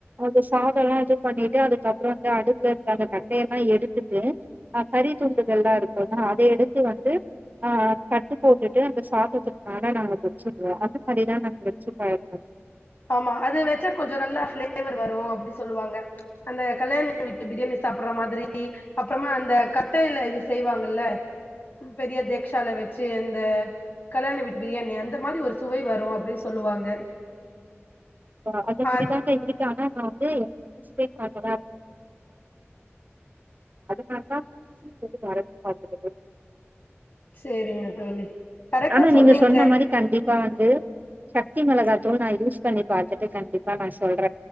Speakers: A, on the right; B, on the left.
A: அந்த சாத எல்லா இது பண்ணிட்டு அதுகப் பறோ அடுப்புல இருந்த அந்த கட்டையெல்லா எடுத்துட்டு கறி துண்டுகள்ல்லா இருக்கும்ன்னா அத எடுத்து வந்து ஆ கட்டு போட்டுட்டு அந்த சாப்றதுக்கு மேல நாங்க வச்சுருவோ அது மாதிரிதா நாங்க வச்சு பழக்குவோ
B: ஆமா அது வச்சா கொஞ்ச நல்லா பிளேவர் வரு அப்டின்னு சொல்லுவாங்க அந்த கல்யாண வீட்டு பிரியாணி சாப் ப்பற மாதிரி அப்பறமா அந்த கட்டையில இது செய்வாங்கல்ல பெரிய தேக்சால வச்சு இந்த கல்யாண வீட்டு பிரியாணி அந்த மாரி ஒரு சுவை வரு அப்டின்னு சொல்லுவாங்க
A: ம் அதன்படி
B: ஆ
A: தாங்க இது ஆனா நா வந்து <inaudible> இப்ப அது மார்தா இஷ்டத்துக்கு கட பாக்குறது
B: சேரிங்க தோழி கரெக்டா
A: ஆனா
B: சொன்னீங்க
A: நீங்க சொன்ன மாரி கண்டிப்பா வந்து சக்தி மிளகாய்த்தூள் நா யூஸ் பண்ணி பாத்துட்டு கண்டிப்பா நா சொல்ற